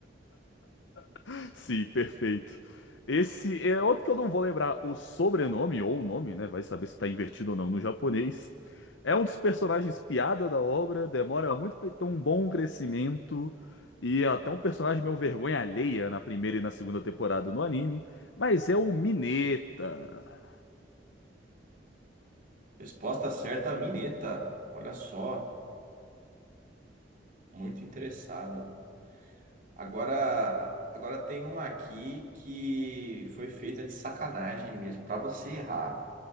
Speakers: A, on the left; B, on the right.
A: <laughs> Sim, perfeito. Esse é outro que eu não vou lembrar o sobrenome ou o nome, né? Vai saber se tá invertido ou não no japonês. É um dos personagens piada da obra, demora muito pra ele ter um bom crescimento e é até um personagem meio vergonha alheia na primeira e na segunda temporada no anime, mas é o Mineta.
B: Resposta certa, Mineta. Olha só. Muito interessado. Agora, agora tem uma aqui que foi feita de sacanagem mesmo, para você errar,